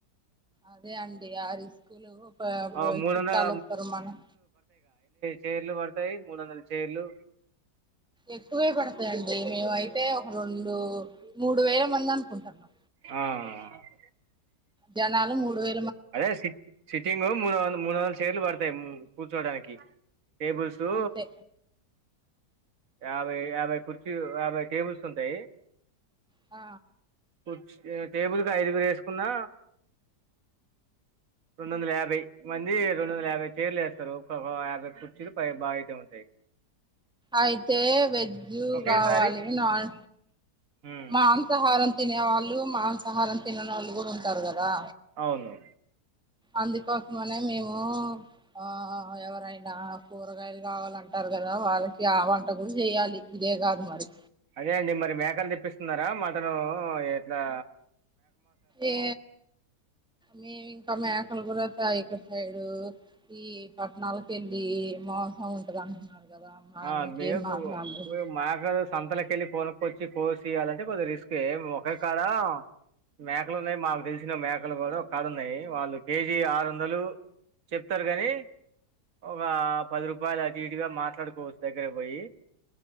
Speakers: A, in the centre; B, on the right (about 55°).
A: అదే అండి ఆరి స్కూలు
B: ఆ మూడు
A: చుట్టాలు
B: వందల
A: వస్తారు మనం
B: చేరులు పడతాయి మూడు వందల చేర్లు
A: ఎక్కువే కొడతాయండి. మేము అయితే ఒక రెండు మూడు వేల మంది అనుకుంటున్నాం.
B: ఆఆ
A: జనాలు మూడు వే
B: అదే సిట్, సిట్టింగు మూడు వంద మూడు వందల చేర్లు పడతాయ్ ఉమ్ కూర్చోడానికి టేబుల్ సో
A: అంతే
B: యాభై యాభై కుర్చీల్, యాభై టేబుల్స్ ఉంటాయ్.
A: ఆ
B: క్చే టేబుల్కి ఐదుగురు ఏసుకున్నా రెండు వందల యాభై మంది, రెండు వందల యాభై చైర్లు ఏస్తారు. ఒకొక్క యాభై కుర్చీలు పై బాగైతే ఉంటాయ్. అ
A: అయితే వేజు
B: ఒకేసారి
A: గావాలే నాన్
B: ఉమ్,
A: మాంసాహారం తినే వాళ్ళు మాంసాహారం తిన్నానోళ్లు గూడా ఉంటారు గదా.
B: అవును
A: అందుకోసమనే మేము ఆ ఎవరైనా కూరగాయలు గవాలంటారు గాద్. రా వాళ్ళకి ఆ వంట కూడా జేయాలి ఇదే గాదు మరి
B: అదే అండి. మరి మేకన్ తెప్పిస్తున్నారా మటన్ ఉహ్ ఉహ్ ఏట్లా
A: ఏ మేవింకా మేకలు గూడా తైపే హైడు ఈ పట్టణాల కేళ్ళి మోసం ఉంటది అంటున్నారు. కదా మేము
B: ఆ
A: ఇంకేం
B: మీకు
A: మాట్లాడలేదు
B: కూ మాక్ అదే సంతలకెళ్ళి కొనుకొచ్చి కోసి ఇయాలంటే కొద్ది రిస్ ఫేమ్ ఒకే కాడా మేకలున్నాయ్. మాకు తెలచ్చిన మేకలు గూడా ఒక్ కాడ ఉన్నాయ్ వాళ్ళు కేజీ ఆరోందాలు. చెప్తారు గాని ఒక పది రూపాయలు అటిటుగా మాట్లాడుక్ కోచ్ దగ్గరగ్ బోయి